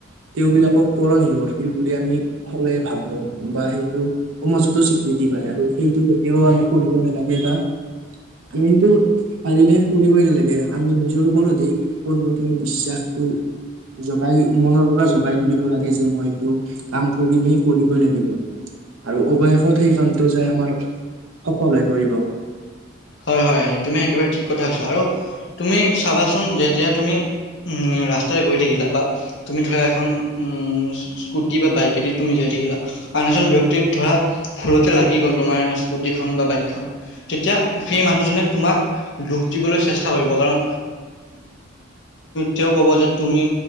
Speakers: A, on the right; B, on the left.
A: তেওঁবলাকক পৰ নিৰ্ভৰশীল বুলি আমি সকলোৱে ভাবো বা সেইটো সমযু স্বীকৃতি পায় আৰু সেইটো কেতিয়াও আমি কৰিব নালাগে বা আমিটো পাৰিলে কৰিবই নালাগে আমি নিজৰ ওপৰত পোনপ্ৰথমে বিশ্বাসটো জগাই মনৰ পৰা জগাই তুলিব লাগে যে মই এইটো কাম কৰিমি কৰিবই লাগিব। আৰু অৱশেষত সেই কামটো যায় আমাৰ সফল হৈ পৰিব।
B: হয় হয় তুমি একেবাৰে ঠিক কথা কৈছা আৰু তুমি চাবাচোন, যেতিয়া তুমি উ ৰাস্তাতে গৈ থাকিলা বা তুমি ধৰা এখন উম, স্কুটি বা বাইক এদি তুমি জীয়াই থাকিলা, আন এজন ব্যক্তিত ধৰা ফুলতে লাগি গ'ল তোমাৰ স্কুটিখন বা বাইকখন তেতিয়া সেই
A: হয়
B: মানুহজনে তোমাক দুখ দিবলৈ চেষ্টা কৰিব। কাৰণ তেওঁ ক'ব যে তুমি